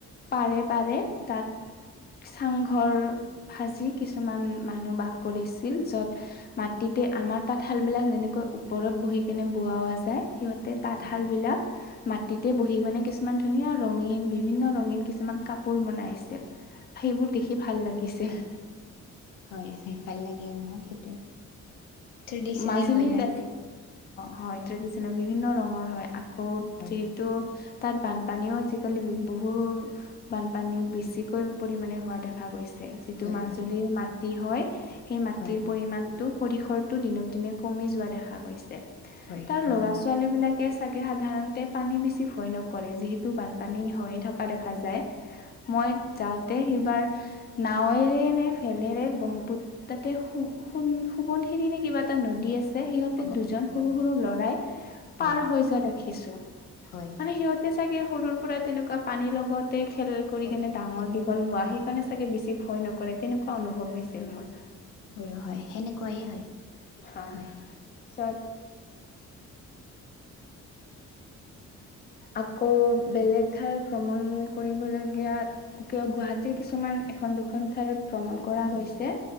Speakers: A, on the left; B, on the left.
A: পাৰে পাৰে তাত চাংঘৰ সাজি কিছুমান মানুহ বাস কৰিছিল য'ত মাটিতে আমাৰ তাঁতশালবিলাক যেনেকৈ ওপৰত বহি কেনে বোৱাৱা যায় সিহঁত তাতে তাঁতশাল
B: হয় হয়
A: বিলাক মাটিতে বহি মানে কিছুমান ধুনীয়া ৰঙীন বিভিন্ন ৰঙীন কিছুমান কাপোৰ বনাই আছিল সেইবোৰ দেখি ভাল লাগিছিল।
B: হয় হয় ভাল লাগে আৰু ন সেইটো ট্ৰেডিচনেল
A: মাজুলীত
B: হয় না এইটো
A: হয় বিভিন্ন ৰঙৰ হয় আকৌ
B: হয়
A: যিহেতু তাত বানপানীও আজিকালি বহু বানপানী বেছিকৈ পৰিমাণে হোৱা দেখা গৈছে। যিটো
B: হয়
A: মাজুলীৰ
B: হয়
A: মাটি হয় সেই মাটিৰ
B: হয়
A: পৰিমাণ পৰিসৰটো দিনক দিনে কমি যোৱা দেখা গৈছে
B: হয়
A: তাৰ
B: হয়
A: ল'ৰা ছোৱালী বিলাক চাগে সাধাৰণতে পানী বেছি ভয় নকৰে যিহেতু বানপানী হৈয়ে থকা দেখা যায়। মই যাওঁতে সিবাৰ নাৱেৰে নে ফেলেৰে ব্ৰহ্মপুত্ৰ তাতেন সোবণশিৰি নে কিবা এটা নদী আছে। যে সিহঁতে
B: অ
A: দুজন
B: অ
A: সৰু
B: অ
A: সৰু লৰাই
B: হয়
A: পাৰ হৈ যোৱা দেখিছো।
B: হয়।
A: মানে সিহঁতে চাগে সৰুৰ পৰা তেনেকুৱা পানীৰ লগত তে খেল কৰি
B: হয়
A: কেনে ডাঙৰ দীঘল হোৱা
B: হয়
A: সেইকাৰণে চাগে বেছি ভয় নকৰে। তেনেকুৱা অনুভৱ হৈছিল
B: হয়।
A: মোৰ
B: হয় হয় সেনেকুৱাই হয়।
A: হা
B: হয়।
A: চ আকৌ বেলেগ ঠাই ভ্ৰমণ কৰিবলগীয়া কিয় গুৱাহাটীৰ কিছুমান এখন দুখন ঠাইত ভ্ৰমণ কৰা
B: হয়।
A: গৈছে